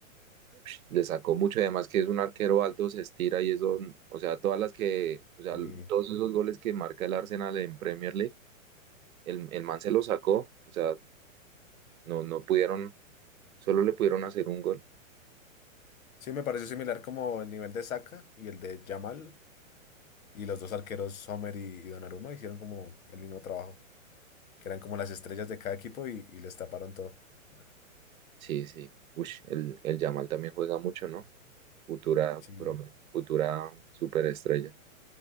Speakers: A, on the right; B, on the left.
A: Ush, Le sacó mucho, y además que es un arquero alto, se estira y eso, o sea, todas las que, o sea,
B: Y
A: todos esos goles que marca el Arsenal en Premier League, el, el man se lo sacó, o sea, no, no pudieron, solo le pudieron hacer un gol.
B: sí, me pareció similar como el nivel de Saka y el de Yamal. Y los dos arqueros, Sommer y, y Donnarumma, hicieron como el mismo trabajo. Que eran como las estrellas de cada equipo y, y les taparon todo. Ah,
A: Sí, sí. Ush, el, el Yamal también juega mucho, ¿no? Futura,
B: Sí.
A: prom- futura superestrella.